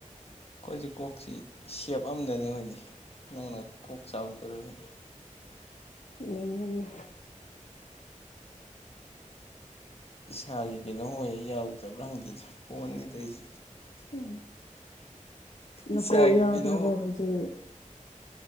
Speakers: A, on the left (about 45°); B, on the left (about 65°).
A: ꯑꯩꯈꯣꯏꯁꯤ ꯀꯣꯛꯁꯤ ꯁꯦꯞ ꯑꯗꯅꯤ ꯑꯩꯏꯗꯤ ꯅꯪꯅ ꯀꯣꯛ ꯆꯥꯎꯖꯔꯁꯨ
B: ꯌꯦꯡꯒꯅꯤ
A: ꯏꯁꯥꯒꯤ ꯀꯩꯅꯣ ꯍꯌꯦ ꯌꯥꯎꯗꯕ꯭ꯔꯥ ꯍꯪꯗꯦꯗ ꯀꯣꯟꯅꯤꯗ ꯑꯩꯗꯤ
B: ꯎꯝ ꯅꯀꯣꯛ
A: ꯏꯁꯥꯒꯤ
B: ꯌꯥꯎꯗ꯭ꯔꯕꯣ
A: ꯀꯩꯅꯣ
B: ꯍꯧꯖꯤꯛ